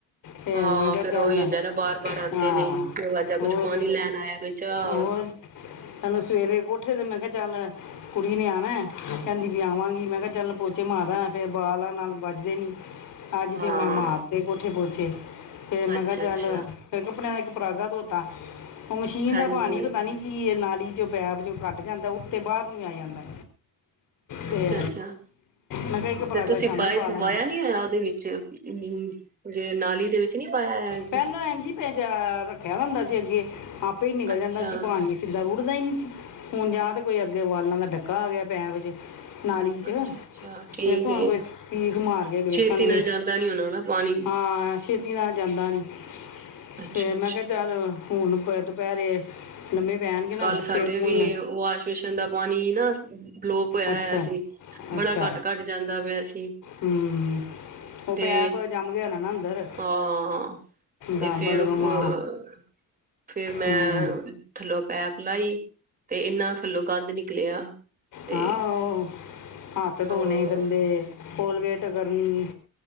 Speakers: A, on the left; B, on the right.
A: ਫੇਰ
B: ਹਾਂ
A: ਮੈਂ ਕਿਹਾ ਚੱਲ
B: ਉਹੀ ਹੁੰਦਾ ਨਾ ਬਾਰ-ਬਾਰ ਆਂਦੇ
A: ਹਾਂ
B: ਨੇ ਦਰਵਾਜ਼ਾ
A: ਹੋਰ,
B: ਕੁਛ ਪਾਣੀ ਲੈਣ ਆਇਆ ਕੋਈ ਚਾਹ
A: ਹੋਰ ਹਲੋ ਸਵੇਰੇ ਕੋਠੇ ਤੇ ਮੈਂ ਕਿਹਾ ਚੱਲ ਕੁੜੀ ਨੇ ਆਉਣਾ ਕਹਿੰਦੀ ਵੀ ਆਵਾਂਗੀ ਮੈਂ ਕਿਹਾ ਚੱਲ ਪੋਚੇ ਮਾ ਦਾ ਫੇਰ ਬ ਨਾਲ ਬੱਜਦੇ ਨੀ
B: ਹਾਂ-ਹਾਂ,
A: ਅੱਜ ਫੇਿਚਰ ਮੈਂ ਮਾਂ ਆਪ ਤੇ ਕੋਠੇ ਪੱਚੇ ਫਿਰ ਮੈਂ
B: ਅੱਛਾ-ਅੱਛਾ,
A: ਕਿਹਾ ਚੱਲ ਫਿਰ ਕੱਪੜਿਆਂ ਦਾ ਇੱਕ ਪਰਾਗਾ ਧੋਤਾ ਉਹ ਮਸ਼ੀਨ
B: ਹਾਂਜੀ।
A: ਦਾ ਪਾਣੀ ਪਤਾ ਨੀ ਕਿ ਨਾਲ ਚ ਪੈਪ ਚ ਘੱਟ ਜਾਂਦਾ ਉਤੇ ਬਾਹਰ ਨ ਆ ਜਾਂਦਾ ਤੇ
B: ਅੱਛਾ-ਅੱਛਾ,
A: ਮੈਂ ਕਿਹਾ ਇੱਕ ਪਰਾਗਾ
B: ਤੇ ਤੁਸੀਂ
A: ਸ਼ਾਮੀ
B: ਪਾਈਪ
A: ਪਾ ਲਾਂਗੀ
B: ਪਾਇਆ ਨੀ ਹੋਇਆ ਉਹਦੇ ਵਿੱਚ ਅਮ ਜੇ ਨਾਲੀ ਦੇ ਵਿੱਚ ਨੀ ਪਾਇਆ ਹੋਇਆ
A: ਪਹਿਲੋ
B: ਜੀ,
A: ਐਂਝ ਪੈ ਰੱਖਿਆ ਹੁੰਦਾ ਸੀ ਅੱਗੇ ਆਪੇ ਹੀ ਨਿਕਲ
B: ਅੱਛਾ।
A: ਜਾਂਦਾ ਸੀ ਪਾਣੀ ਸਿੱਧਾ ਰੁੜਦਾ ਹੀ ਨਹੀਂ ਸੀ ਹੁਣ ਜਾਂ ਤੇ ਕੋਈ ਅੱਗੇ ਉਾਲਾਂ ਦਾ ਡੱਕਾ ਆ ਗਿਆ ਪੈ ਵਿੱਚ ਨਾਲੀ ਚ
B: ਅੱਛਾ-ਅੱਛਾ, ਠੀਕ
A: ਵੇਖੋ ਹੁਣ
B: ਏ।
A: ਕੋਈ ਸੀਖ ਮਾਰ ਕੇ ਵੇਖਣਗੇ
B: ਛੇਤੀ ਨਾਲ ਜਾਂਦਾ ਨੀ ਹੋਣਾ ਨਾ ਪਾਣੀ
A: ਹ ਹਾਂ ਛੇਤੀ ਨਾਲ ਜਾਂਦਾ ਨੀ
B: ਅੱਛਾ
A: ਫੇਿਰ ਮੈਂ
B: ਅੱਛਾ
A: ਕਿਹਾ ਚੱਲ ਹੁਣ ਦੁਪਹਿਰੇ ਲੰਮੇ ਪੈਣਗੇ ਨਾ
B: ਕੱਲ ਸਾਡੇ
A: ਫੇਰ ਪੂੰਡ
B: ਵੀ ਵਾਸ਼ ਵਸ਼ਸ਼ਨ ਦਾ ਪਾਣੀ ਨਾ ਬਲੋਕ ਹੋਇਆ
A: ਅੱਛਾ
B: ਹੋਇਆ ਸੀ ਬੜਾ
A: ਅੱਛਾ
B: ਘੱਟ ਘੱਟ ਜਾਂਦਾ ਪਿਆ ਸੀ
A: ਹੂੰ ਉਹ ਪੈਪ
B: ਤੇ
A: ਜੰਮ ਗਿਆ ਨਾ ਨਾ ਅੰਦਰ
B: ਹਾਂ ਤੇ
A: ਗਾਂ
B: ਫੇਰ
A: ਬਲਗਮਾ
B: ਅ ਫੇਰ ਮੈਂ
A: ਹੂੰ
B: ਥੱਲੋਂ ਪੈ ਹੀ ਤੇ ਇਨਾ ਥੱਲੋਂ ਗੰਦ ਨਿਕਲਿਆ ਤੇ
A: ਹਾਂ ਹੱਥ
B: ਹਾਂ
A: ਧੋਣੇ ਗੰਦੇ ਕੋਲਗੇਟ ਕਰਨੀ